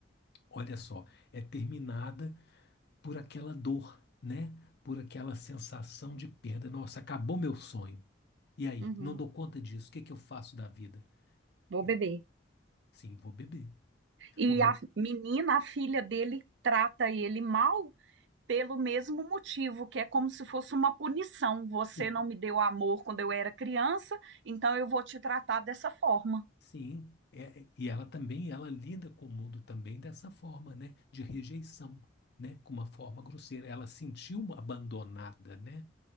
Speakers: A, on the left; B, on the right.
A: olha só, é terminada por aquela dor, né? Por aquela sensação de perda. Nossa, acabou meu sonho. E aí,
B: Uhum,
A: não dou conta disso. O que que eu faço da vida?
B: vou
A: Eu,
B: beber.
A: sim, vou beber.
B: E
A: Vou beber.
B: a menina, a filha dele, trata ele mal pelo mesmo motivo, que é como se fosse uma punição. Você
A: Sim.
B: não me deu amor quando eu era criança, então eu vou te tratar dessa forma.
A: Sim, é- é- e ela também, ela lida com o mundo também dessa forma, né? De rejeição, né? Com uma forma grosseira. Ela sentiu abandonada, né?